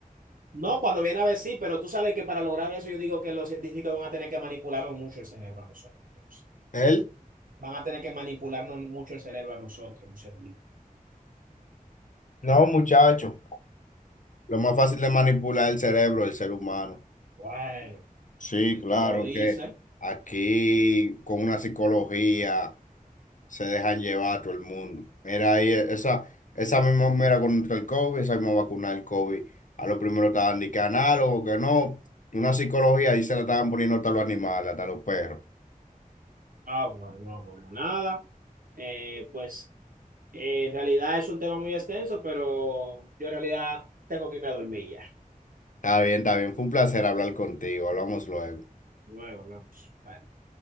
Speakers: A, on the right; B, on the left.
A: no, cuando viene a ver sí, pero tú sabes que para lograr eso yo digo que los científicos van a tener que manipularnos mucho el cerebro a nosotros, entonces.
B: Él,
A: Van a tener que manipularnos mucho el cerebro a nosotros, los científicos.
B: no, muchacho, lo más fácil de manipular el cerebro del ser humano.
A: Bueno,
B: Sí,
A: si
B: claro,
A: tú lo dices.
B: que aquí con una psicología se dejan llevar a todo el mundo. Mira, ahí e- esa, esa misma mera contra el COVID, esa misma vacuna del COVID, a lo primero estaban de que análogo, que no, una psicología ahí se la estaban poniendo hasta los animales, hasta los perros.
A: Ah, bueno, no, bueno, nada. Eh, pues eh, en realidad es un tema muy extenso, pero yo en realidad tengo que irme a dormir ya.
B: Está bien, está bien, fue un placer hablar contigo, hablamos luego.
A: Luego vamos. Bye.